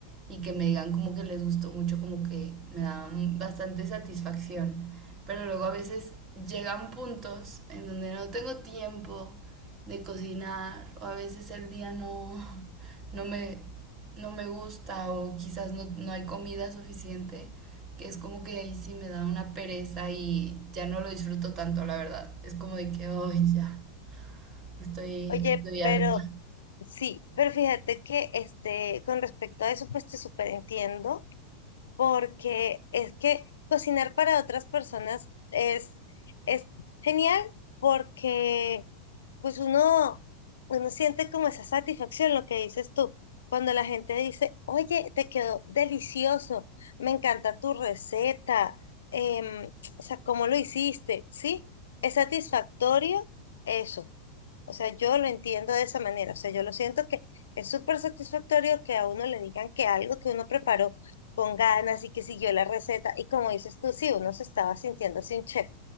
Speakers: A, on the right; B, on the left.
A: y que me digan como que les gustó mucho, como que me dan bastante satisfacción. Pero luego a veces llegan puntos en donde no tengo tiempo de cocinar o a veces el día no, no me no me gusta o quizás no, no hay comida suficiente, que es como que ahí sí me da una pereza y ya no lo disfruto tanto, la verdad. Es como de que, hoy ya, estoy,
B: Oye,
A: estoy harta.
B: pero Sí, pero fíjate que este, con respecto a eso, pues te súper entiendo, porque es que cocinar para otras personas es, es genial porque pues uno, uno siente como esa satisfacción, lo que dices tú, cuando la gente dice, oye, te quedó delicioso, me encanta tu receta, em, o sea, cómo lo hiciste, ¿sí? Es satisfactorio eso. O sea, yo lo entiendo de esa manera. O sea, yo lo siento que es súper satisfactorio que a uno le digan que algo que uno preparó con ganas y que siguió la receta. Y como dices tú, sí, uno se estaba sintiendo así un chef.